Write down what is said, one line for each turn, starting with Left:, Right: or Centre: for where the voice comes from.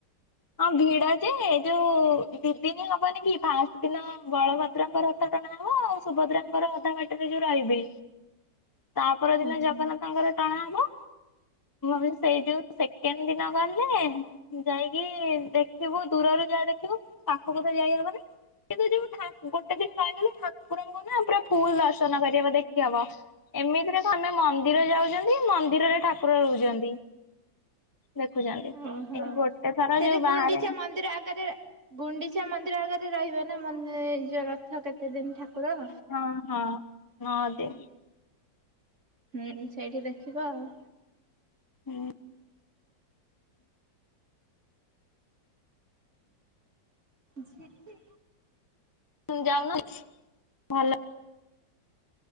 Left: ହଁ ଭିଡ ଯେ ଯୋଉ ଦି ଦିନ ହବନି କି ଫାଞ୍ଚ ଦିନ ବଳଭଦ୍ରଙ୍କର। ଟଣା ହବ ଆଉ ସୁଭଦ୍ରାଙ୍କର ଅଧା ବାଟିରେ ଯୋଉ ରହିବି ତା ପର ଦିନ
Right: ଅଛି।
Left: ଜଗନ୍ନାଥ ତାଙ୍କର କଣ ହବ ମୁ ସେଇ ଯୋଉ ସେକେଣ୍ଡ ଦିନ ଗଲେ ଯାଇକି ଦେଖିବୁ ଦୂରରୁ ଯାହା ଦେଖିବୁ ପାଖକୁ ତ ଯାଇହବନି। କିନ୍ତୁ ଯୋଉ ଠା ଗୋଟେ ଦିନ ରହିଗଲେ ଠାକୁରଙ୍କୁ ନା ପୁରା ଫୁଲ ଦର୍ଶନ କରିହେବ ଦେଖି ହବ। ଏମିତିରେ କଣନା ମନ୍ଦିର ଯାଉଛନ୍ତି ମନ୍ଦିରରେ ଠାକୁର ରହୁଛନ୍ତି। ଦେଖୁଛନ୍ତି
Right: ଓହୋ।
Left: ଏଇ ଥର
Right: ସେଠି
Left: ଯୋଉ
Right: ଗୁଣ୍ଡିଚା
Left: ବାହାରେ
Right: ମନ୍ଦିର ଆଗରେ ଗୁଣ୍ଡିଚା ମନ୍ଦିର ଆଗରେ ରହିବେ ନା ମନ୍ ଯୋଉ ରଥ କେତେ ଦିନ ଠାକୁର।
Left: ହଁ ହଁ ହଁ ଯେ
Right: ହୁଁ ସେଇଠି ଦେଖିବ ଆଉ
Left: ହୁଁ।
Right: ସେ <inaudible>
Left: ଯାଉନ ଭଲ।